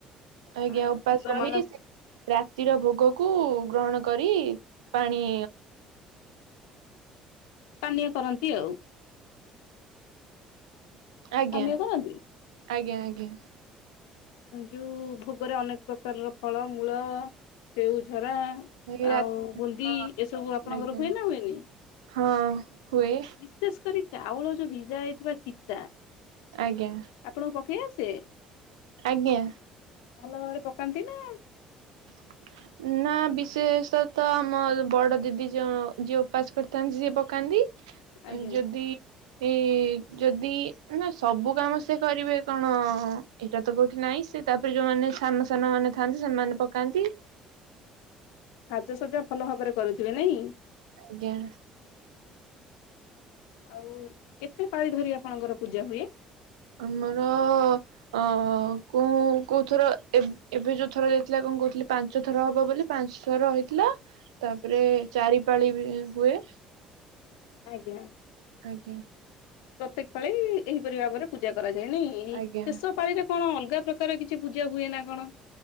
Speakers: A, on the right; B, on the left.
A: ଆଜ୍ଞା
B: ମାଙ୍କ
A: ଉପାସ
B: ଫୁଲମାଳ
A: ରହି ରାତିର ଭୋଗକୁ। କୁ ଗ୍ରହଣ କରି ପାଣି
B: ପାନୀୟ କରନ୍ତି ଆଉ।
A: ଆଜ୍ଞା
B: ପାନୀୟ କରନାହାନ୍ତି।
A: ଆଜ୍ଞା ଆଜ୍ଞା।
B: ଯୋଉ ଭୋଗରେ ଅନେକ ପ୍ରକାରର ଫଳ ମୂଳ କେଉଝରା।
A: ଏ ରା
B: ଆଉ ବୁନ୍ଦି
A: ହଁ
B: ଏସବୁ ଆପଣଙ୍କର
A: ଆଜ୍ଞା
B: ହୁଏ ନା ହୁଏନି।
A: ହଁ ହୁଏ।
B: ବିଶେଷ କରି ଚାଉଳ ଯୋଉ ଭିଜା ହେଇଥିବା ଚିତା
A: ଆଜ୍ଞା
B: ଆପଣଙ୍କୁ ପକେଇ ଆସେ?
A: ଆଜ୍ଞା।
B: ଭଲ ଭାବରେ ପକାନ୍ତି ନା
A: <inaudible> ନା ବିଶେଷ ତ ଆମ ବଡ ଦିଦି ଯ ଯିଏ ଉପାସ କରିଥାନ୍ତି ସିଏ ପକାନ୍ତି।
B: ଆଜ୍ଞା
A: ଯଦି। ଏଇ ଯଦି ନା ସବୁ କାମ ସେ କରିବେ କଣ ଏଇଟା ତ କୋଉଠି ନାଇଁ ସେ। ତାପରେ ଯୋଉମାନେ ସାନ ସାନ ମାନେ ଥାଆନ୍ତି ସେମାନେ ପକାନ୍ତି।
B: ସାଜସଜା ଭଲ ଭାବରେ କରୁଥିବେ ନାଇଁ?
A: ଆଜ୍ଞା
B: ଆଉ କେତେ ପାଳି ଧରି ଆପଣଙ୍କର ପୂଜା ହୁଏ।
A: ଆମର ଅ କୋଉ କୋଉ ଥର ଏବେ ଯୋଉ ଥର ଯାଇଥିଲା। କଣ କହୁଥିଲି ପାଞ୍ଚ ଥର ହବ ବୋଲି ପାଞ୍ଚ ଥର ହେଇଥିଲା। ତାପରେ ଚାରିପାଳି ବି ହୁଏ।
B: ଆଜ୍ଞା।
A: ଆଜ୍ଞା।
B: ପ୍ରତ୍ୟେକ ପାଳି ଏହିପରି ଭାବରେ ପୂଜା କରାଯାଏ ନ
A: ଆଜ୍ଞା
B: ଶେଷ ପାଳିରେ କଣ ଅଲଗା। ପ୍ରକାର କିଛି ପୂଜା ହୁଏ ନା କଣ?